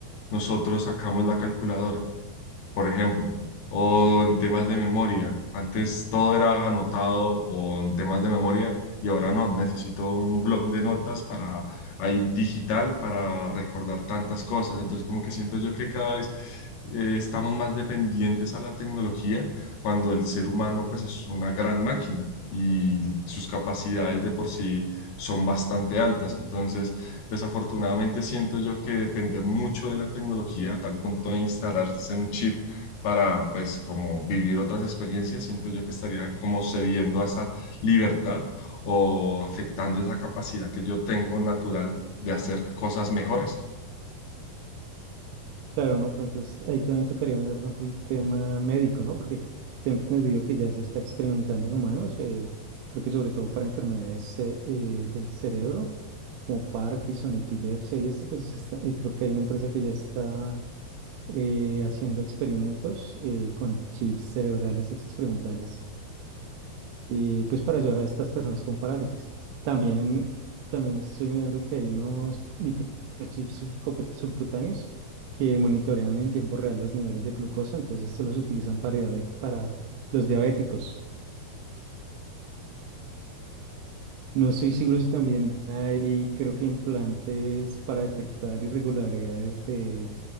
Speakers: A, on the left; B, on the right.
A: nosotros sacamos la calculadora por ejemplo, o en temas de memoria. Antes todo era anotado o en temas de memoria y ahora no, necesito un blog de notas para ahí digital para recordar tantas cosas. Entonces como que siento yo que cada vez eh, estamos más dependientes a la tecnología cuando el ser humano pues es una gran máquina. y sus capacidades de por sí son bastante altas. Entonces, Desafortunadamente siento yo que depender mucho de la tecnología a tal punto de instalarse un chip para pues como vivir otras experiencias, siento yo que estaría como cediendo a esa libertad o afectando esa capacidad que yo tengo natural de hacer cosas mejores.
B: Claro, ¿no? Pero entonces ahí también tocaría mirar, por ejemplo, el tema médico, ¿no? Porque tengo entendido que ya se está experimentando en humanos, eh, creo que sobre todo para enfermedades eh, eh, del cerebro, como Parkinson, epilepsia y esto, pues está- y creo que hay una empresa que ya está eh, haciendo experimentos eh, con chips cerebrales experimentales y pues para ayudar a estas personas con parálisis. También, también estoy mirando que hay unos microchips subcu- subcutáneos que monitorean en tiempo real los niveles de glucosa, entonces estos los utilizan para, diabe- para los diabéticos. No estoy seguro si también hay, creo que implantes para detectar irregularidades de,